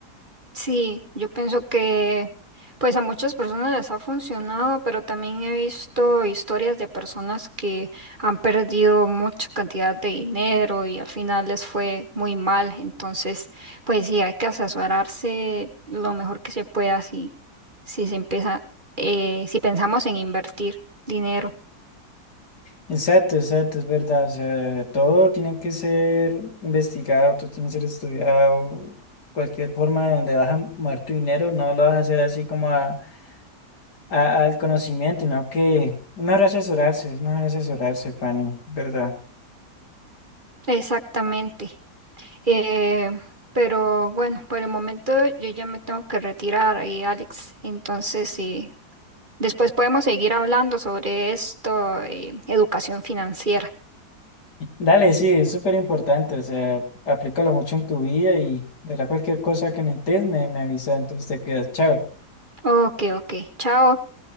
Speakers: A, on the right; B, on the left.
A: Sí, yo pienso que pues a muchas personas les ha funcionado, pero también he visto historias de personas que han perdido mucha cantidad de dinero y al final les fue muy mal. Entonces, pues sí, hay que asesorarse lo mejor que se pueda si, si se empieza, eh, si pensamos en invertir dinero.
B: Exacto, exacto, es verdad. O sea, todo tiene que ser investigado, todo tiene que ser estudiado. Cualquier forma de donde vas a mover tu dinero, no lo vas a hacer así como a, a- al conocimiento, sino que es mejor asesorarse, es mejor asesorarse, Fanny, ¿verdad?
A: Exactamente. Eh, pero bueno, por el momento yo ya me tengo que retirar ahí, Alex. Entonces, sí. Después podemos seguir hablando sobre esto, eh, educación financiera.
B: Dale, sí, es súper importante, o sea, aplícalo mucho en tu vida y verá cualquier cosa que necesites, me, me avisa, entonces te quedas, chao.
A: Ok, ok. Chao.